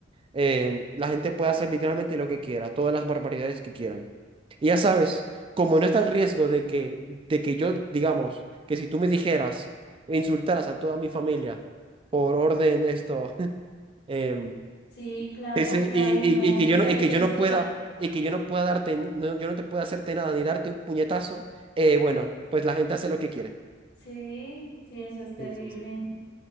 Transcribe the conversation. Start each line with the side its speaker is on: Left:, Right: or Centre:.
Right: eh, la gente puede hacer literalmente lo que quiera, todas las barbaridades que quieran. Y ya sabes, como no está el riesgo de que, de que yo, digamos, que si tú me dijeras e insultaras a toda mi familia por orden esto, <laughs> em,
Left: sí, claro,
Right: ese-
Left: o sea,
Right: y,
Left: y
Right: y-
Left: no,
Right: y que
Left: no
Right: yo no,
Left: hay
Right: y que
Left: censura.
Right: yo no pueda, y que yo no pueda darte, no, yo no te pueda hacerte nada ni darte un puñetazo, eh, bueno, pues la gente hace lo que quiere.
Left: Sí, sí, eso es terrible.
Right: Sí, sí, sí.